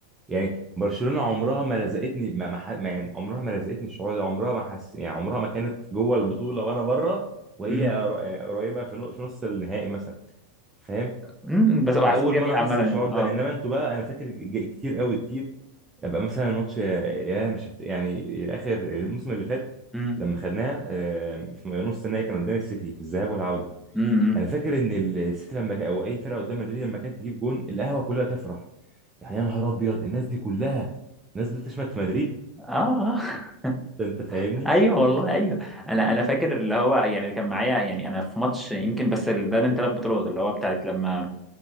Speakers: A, on the right; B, in the centre.
A: يعني برشلونة عمرها ما رزقتني ما ما ح- ما- يعني عمرها ما رزقتني الشعور ده عمرها ما حس يعني عمرها ما كانت جوه البطولة وانا بره وهي
B: امم
A: قر- قريبة في نو- في نص النهائي مثلا فاهم
B: امم بس هو
A: فاول
B: احساس جميل
A: مرة احس
B: عامه
A: بالشعور
B: يعني
A: ده انما انتوا بقى انا فاكر ج- ج- كتير قوي كتير ابقى مثلا الماتش يا مش هفت... يعني اخر الموسم اللي فات
B: اه
A: لما خدناها آه، في نص النهائي كان قدام السيتي في الذهاب والعوده
B: امم
A: انا فاكر ان السيتي لما ك- او اي فرقه قدام مدريد لما كانت تجيب جون القهوه كلها تفرح يعني يا نهار ابيض الناس دي كلها نازله تشمت في مدريد
B: اه آه. <laughs>
A: ده انت فاهمني
B: ايوه والله ايوه انا انا فاكر اللي هو يعني كان معايا يعني انا في ماتش يمكن بس ال- ده من ثلاث بطولات اللي هو بتاعت لما